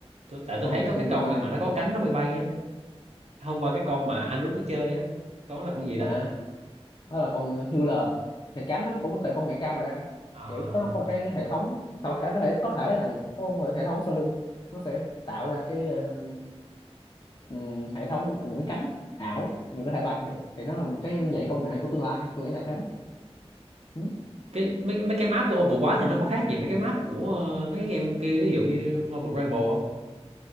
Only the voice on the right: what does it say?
Tôi tại tôi
thấy
có cái
con
gì mà nó có cánh nó bay bay á. Hôm qua cái con mà anh út nó chơi á, con là con gì
ta?
À.
Cái mấy mấy cái map của Overwatch thì nó có khác gì mấy cái map của ờ, mấy cái game kia ví dụ như Marvel Rival không?